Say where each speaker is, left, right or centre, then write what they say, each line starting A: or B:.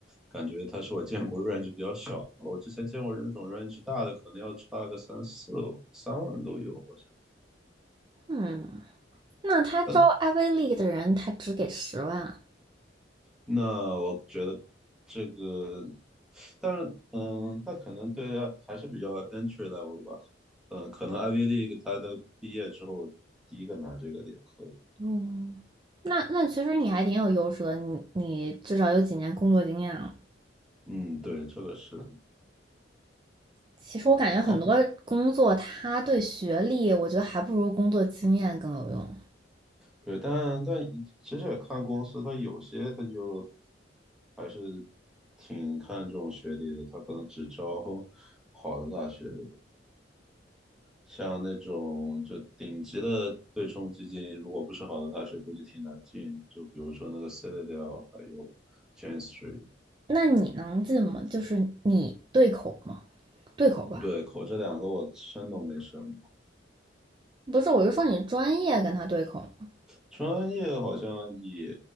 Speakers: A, in the centre; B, on the right.
A: 感觉它是我见过 <laughs> range 比较小的我之前见过那种 range 大的，可能要差个三四三万都有。我觉
B: 嗯，那他招
A: 得，
B: Ivy League 的人，他只给十万，
A: 那我觉得这个，但是嗯，那可能对啊还是比较 entry level 的吧。嗯，可能 Ivy League 它的毕业之后第一个拿这个的也可以。
B: 哦，那那其实你还挺有优势的，你你至少有几年工作经验了。
A: 嗯，对，这个是。
B: 其实我感觉很多工作，
A: 哦，
B: 他对学历，我觉得还不如工作经验更有用。
A: 对，但但其实也看公司，它有些它就还是挺看重学历的，它可能只招 <laughs> 好的大学的。像那种就顶级的对冲基金，如果不是好的大学，估计挺难进。就比如说那个 Citadel，还有 Jane Street，
B: 那你能进吗？就是你对口吗？对口吧？
A: 不对，口这两个我申都没申过。
B: 不是，我是说你专业跟他对口吗？
A: 专业好像也